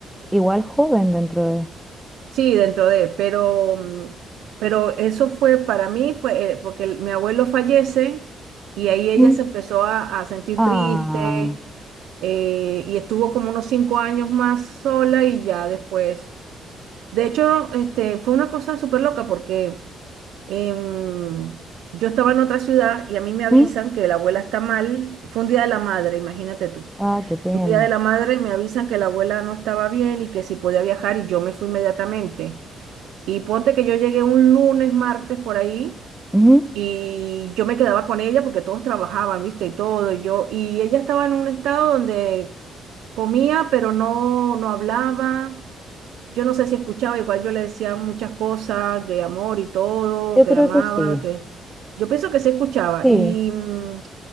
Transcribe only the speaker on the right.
Sí, dentro de, pero, mm, pero eso fue para mí, fue eh, porque el- mi abuelo fallece y ahí ella
se empezó a, a sentir
triste eh, y estuvo como unos cinco años más sola y ya después. De hecho, este, fue una cosa súper loca porque em, yo estaba en otra ciudad y a mí me avisan
que la abuela está mal. Fue un día de la madre, imagínate tú.
Un día de la madre me avisan que la abuela no estaba bien y que si podía viajar y yo me fui inmediatamente. Y ponte que yo llegué un lunes, martes por ahí
y yo me quedaba con ella porque todos trabajaban, ¿viste? Y todo, y yo y ella estaba en un estado donde comía, pero no no hablaba. Yo no sé si escuchaba, igual yo le decía muchas cosas de amor y todo,
que
la amaba,
que yo pienso que sí escuchaba
y mm,